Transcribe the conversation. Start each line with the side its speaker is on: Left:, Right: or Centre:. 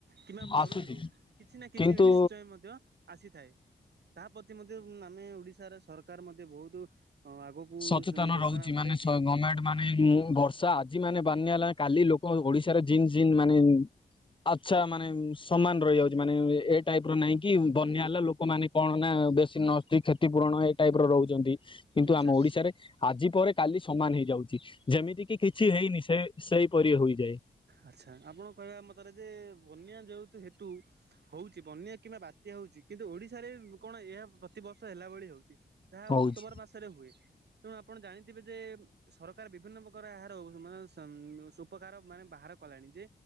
Right: କିମ୍ବା ମରୁଡି
Left: ଆସୁଛି
Right: ହଉ କିଛି ନା କିଛି
Left: କିନ୍ତୁ
Right: ନିଶ୍ଚୟ ମଧ୍ୟ ଆସିଥାଏ। ତା ପ୍ରତି ମଧ୍ୟ ଆମେ ଓଡିଶାର ସରକାର ମଧ୍ୟ ବହୁତ ଆଗକୁ
Left: ସଚେତନ
Right: ଯୋଜନା
Left: ରହୁଛି
Right: ବଢ଼େଇକି
Left: ମାନେ ଗଣମେଣ୍ଟ ମାନେ ମୁଁ ବର୍ଷା ଆଜି ମାନେ ବାନି ହେଲା କାଲି ଲୋକ ଓଡିଶାର ଜିନ୍ ଜିନ ମାନେ ଆଚ୍ଛା ମାନେ ସମାନ ରହିଯାଉଛି ମାନେ ଏ ଟାଇପ ର ନାଇଁ କି ବନ୍ୟା ହେଲା ଲୋକମାନୋନେ କଣ ନା ବେଶୀ ନଦୀ କ୍ଷତିପୂରଣ ଏଇ ଟାଇପ ରହୁଛନ୍ତି। କିନ୍ତୁ
Right: ଆଚ୍ଛା।
Left: ଆମ ଓଡିଶାରେ ଆଜି ପରେ କାଲି ସମାନ ହେଇଯାଉଛି ଯେମିତି କିି କିଛି ହେଇନି ସେ ସେଇପରି ହୋଇଯାଏ।
Right: ଆଚ୍ଛା ଆପଣଙ୍କ କହିବା ମତାରେ ଯେ ବନ୍ୟା ଯେହେତୁ ହେତୁ ହଉଛି ବନ୍ୟା କିମ୍ବା ବାତ୍ୟା ହଉଛି କିନ୍ତୁ ଓଡିଶାରେ କଣ ଏହା ପ୍ରତିବର୍ଷ ହେଲା ଭଳି ହଉଛି। ଯାହା
Left: ହଉଛି।
Right: ଅକ୍ଟୋବର ମାସରେ ହୁଏ ତେଣୁ ଆପଣ ଜାଣିଥିବେ ଯେ ସରକାର ବିଭିନ୍ନ ପ୍ରକାର ଏହାରାନ ସୁ ଉପକାର ମାନେ ବାହାର କଲାଣି ଯେ